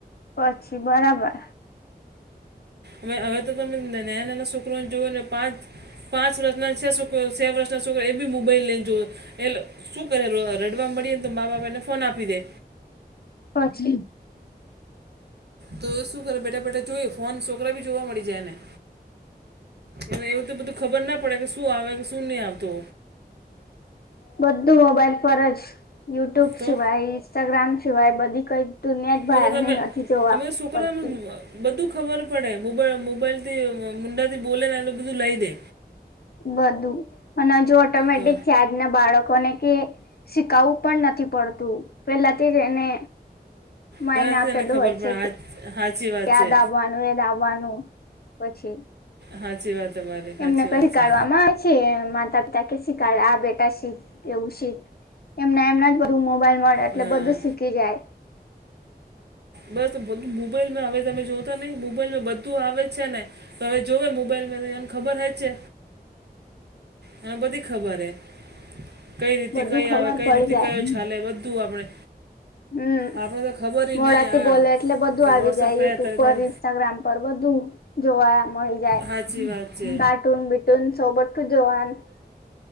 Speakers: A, on the left; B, on the right.
A: પછી બરાબર
B: હવે તો તમે નાના નાના છોકરાને જુઓ ને પાંચ પાંચ વર્ષના છે <unintelligible> છ વર્ષના એ ભી મોબાઈલ લઈને જોવે. એ લોકો શું કરે રડવા મળીએને તોમા બાપ એને ફોન આપી દે
A: પછી
B: તો શું કરે બેઠા બેઠા જોઈ ફોન છોકરા ભી જોવા મળી જાય એને હવે એવું તો બધું ખબર ના પડે કે શું આવે કે શુ નહી આવતુ.
A: બધું મોબાઈલ પર જ યુટ્યુબ
B: તો
A: સિવાય ઇન્સ્ટાગ્રામ સિવાય બધી કઈ દુનિયા જ
B: હવે
A: બહાર
B: તો તમે
A: ની નથી જોવા
B: અમે તો છોકરા
A: પડતી
B: અમે બધું ખબર પડે મોબાઈલ મોબાઈલ થી મુંડાથી બોલે ને એટલે બધુ લઈ દે
A: બધું અને જો ઓટોમેટિક
B: તો
A: ચાર્જ ને બાળકોને કે શીખવવું પણ નથી પડતું પેલાથી જ એને માઇન્ડ
B: પહેલાંથી
A: આપેલું
B: એને ખબર
A: હોય
B: પડે
A: છે
B: હા સાચી વાત
A: યાદ
B: છે
A: આવવાનુ પછી
B: સાચી વાત તમારી સાચી
A: એમને કઈ
B: વાત
A: શીખડવામાં
B: છે.
A: આવે છે માતા પિતા કે શીખાડે આ બેટા શીખ એવું શીખ એમના એમના જ બધું મોબાઈલ મળે એટલે
B: હા
A: બધું શીખી જાય.
B: બસ <unintelligible> મોબાઈલમાં હવે તમે જોતા નહી મોબાઈલ બધું આવે જ છેને. તો હવે જોવે મોબાઈલમાં એને ખબર હ છે. હા બધી ખબર હૈ કઈ રીતે
A: બધું
B: કઈ
A: ખબર
B: આવે કઈ
A: પડી
B: રીતે
A: જાય
B: કયો ચાલે બધું આપણે
A: હમ
B: આપણે તો ખબર ય
A: મોઢાથી
B: નહીં હાલ
A: બોલે એટલે બધું
B: કે
A: આવી
B: વોટ્સઅપ
A: જાય
B: કયા
A: યુટ્યુબ
B: તરત
A: પર
B: હાલ
A: ઈન્સ્ટાગ્રામ પર બધું જોવા મળે જાઈ
B: સાચી વાત છે
A: કાર્ટૂન બિટુન સો બધુંજ જોવાન